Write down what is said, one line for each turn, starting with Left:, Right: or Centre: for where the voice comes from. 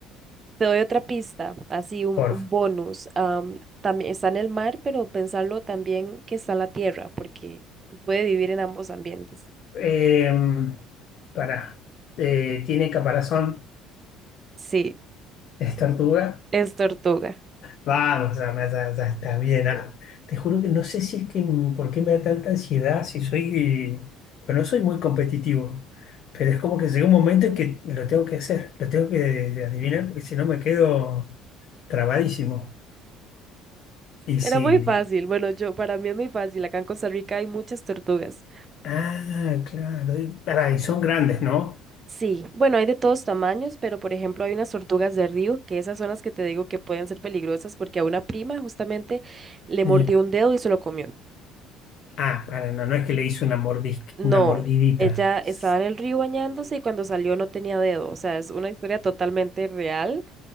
Right: Te doy otra pista, así un,
Left: porfa.
Right: un bonus. am, también está en el mar, pero pensarlo también que está en la tierra, porque puede vivir en ambos ambientes.
Left: Eh, pará. Eh, tiene caparazón.
Right: Sí,
Left: Es tortuga.
Right: es tortuga.
Left: Vamos, ya, ya- ya está bien. ah. Te juro que no sé si es que mm, por qué me da tanta ansiedad, si soy, pues no soy muy competitivo, pero es como que llega un momento en que lo tengo que hacer, lo tengo que adivinar, porque si no me quedo trabadísimo. Y si,
Right: Era muy fácil. Bueno, yo para mí es muy fácil. Acá en Costa Rica hay muchas tortugas.
Left: ah, claro, y pará, y son grandes, ¿no?
Right: Sí, bueno, hay de todos tamaños, pero por ejemplo hay unas tortugas de río, que esas son las que te digo que pueden ser peligrosas porque a una prima justamente le
Left: Sí.
Right: mordió un dedo y se lo comió.
Left: Ah, para, no, no es que le hice una mordis-
Right: No,
Left: una mordidita.
Right: ella estaba
Left: S-
Right: en el río bañándose y cuando salió no tenía dedo. O sea, es una historia totalmente real.